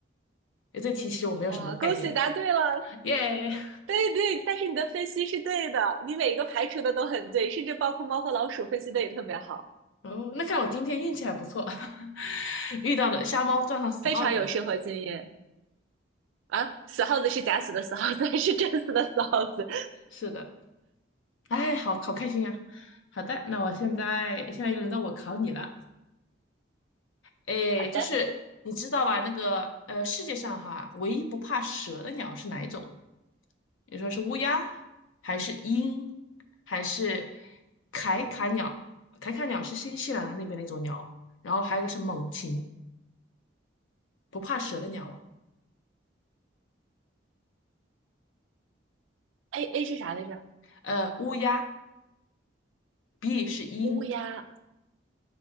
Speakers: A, on the left (about 80°); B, on the right (about 80°).
A: 哎，这题其实我没有什么概念，
B: 哇，恭喜答对了！
A: 耶！yeah!
B: 对对，但是你的分析是对的，你每一个排除的都很对，甚至包括猫和老鼠分析的也特别好，
A: 哦，那看来我今天运气还不错，<laughs> 遇到的瞎猫撞上死耗子了。
B: 非常有生活经验啊！死耗子是假死的死耗子，还是真死的死耗子？
A: 是的，哎，好好开心啊！好的，那我现在现在又轮到我考你了。哎，
B: 好的。
A: 就是你知道吧？那个呃，世界上哈，唯一不怕蛇的鸟是哪一种？你说是乌鸦，还是鹰，还是凯卡鸟？凯卡鸟是新西兰那边的一种鸟，然后还有个是猛禽，不怕蛇的鸟哦。
B: A A 是啥来着？
A: 呃，乌鸦，B 是鹰。
B: 乌鸦，